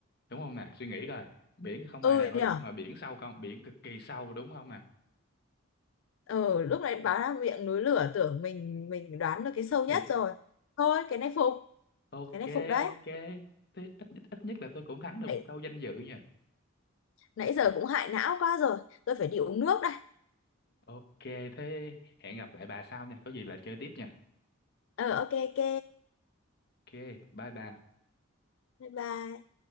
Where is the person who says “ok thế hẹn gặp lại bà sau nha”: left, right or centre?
Left